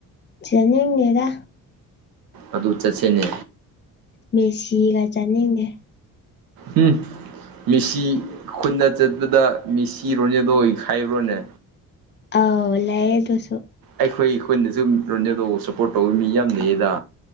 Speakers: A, on the left; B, on the right.
A: ꯆꯠꯅꯤꯡꯗꯦꯗ
B: ꯑꯗꯨ ꯆꯠꯁꯦꯅꯦ
A: ꯃꯦꯁꯤꯒ ꯆꯠꯅꯤꯡꯗꯦ
B: ꯎꯝ ꯃꯦꯁꯤ ꯈꯨꯟꯗ ꯆꯠꯄꯗ ꯃꯦꯁꯤ ꯔꯣꯅꯥꯜꯗꯣ ꯍꯥꯢꯕ꯭ꯔꯅꯦ
A: ꯑꯥꯎ ꯂꯩꯌꯦ ꯑꯗꯨꯁꯨ
B: ꯑꯩꯈꯣꯏ ꯑꯩꯈꯣꯏꯅꯁꯨ ꯔꯣꯅꯥꯜꯗꯣ ꯁꯞꯄꯣꯔꯠ ꯇꯧꯕ ꯃꯤ ꯌꯥꯝ ꯂꯩꯌꯦꯗ